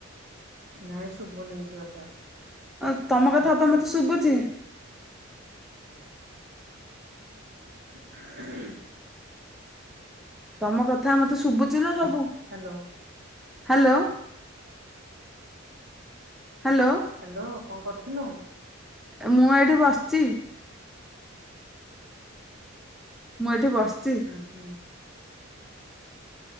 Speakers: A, on the right (about 55°); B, in the centre.
A: ନାଇଁ ଶୁଭୁନି କିଛି କଥା
B: ଆ ତମ କଥା ଅପା ମୋତେ ଶୁଭୁଛି
A: ଉହୁଁ
B: ତମ କଥା ମତେ ଶୁଭୁଛି ଲୋ ସବୁ
A: ହ୍ୟାଲୋ
B: ହ୍ୟାଲୋ ହ୍ୟାଲୋ
A: ହ୍ୟାଲୋ କଣ କରୁଥିଲୁ
B: ମୁଁ ଏଇଠି ବସିଛି ମୁଁ ଏଠି ବସିଛି
A: ଉଁ ହୁଁ